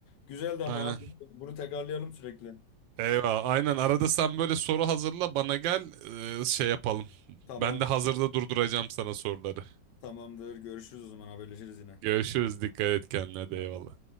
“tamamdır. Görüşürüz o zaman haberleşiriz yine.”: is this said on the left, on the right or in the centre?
Left